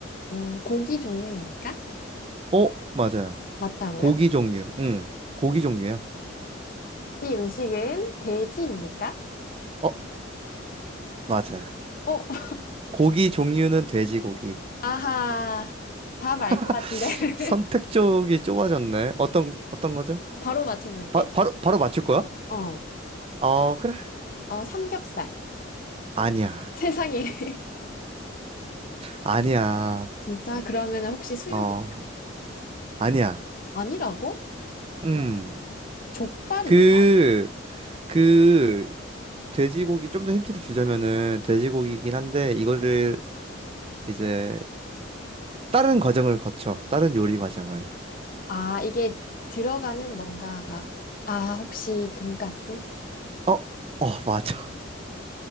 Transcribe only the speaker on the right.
어, 맞아요.
고기 종류. 응. 고기 종류야.
어, 맞아요.
고기 종류는 돼지고기.
<laughs>
선택 쪽이 좁아졌네. 어떤, 어떤 거죠?
바, 바로, 바로 맞출 거야?
어, 그래.
아니야.
아니야.
어, 아니야.
음.
그, 그, 돼지고기, 좀 더 힌트를 주자면은, 돼지고기이긴 한데, 이거를 이제, 다른 과정을 거쳐. 다른 요리 과정을.
어, 어, 맞아.